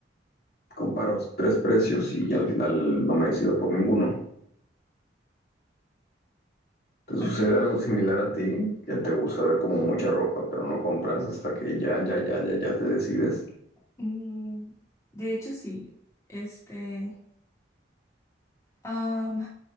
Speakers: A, on the left; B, on the left.
A: comparo tres precios y al final no me decido por ninguno. ¿Te sucede
B: Ok.
A: algo similar a ti? Que te gusta ver como mucha ropa, pero no compras hasta que ya, ya, ya, ya, ya te decides.
B: Mm, de hecho, sí. Este, am,